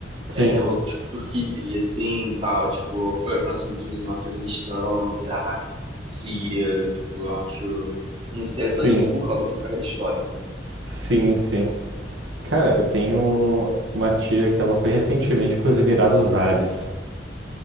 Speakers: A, on the right; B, on the right.
A: Sim,
B: É, outro tipo, Turquia ali, assim, e tal. Tipo, pô, eu penso muitas vezes no Afeganistão, no Iraque, na Síria, tipo, eu acho muito interessante
A: sim,
B: por causa dessa pegada histórica.
A: sim, sim. Cara, eu tenho uma tia que ela foi recentemente para os Emirados Árabes.